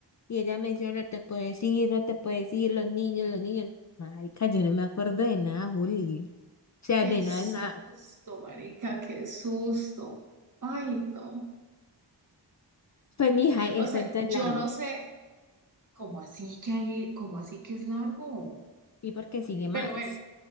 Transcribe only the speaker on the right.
Qué
susto,
marica, qué susto. Ay, no.
O sea,
yo
no sé cómo así que hay, cómo así que es largo.
Pero bueno,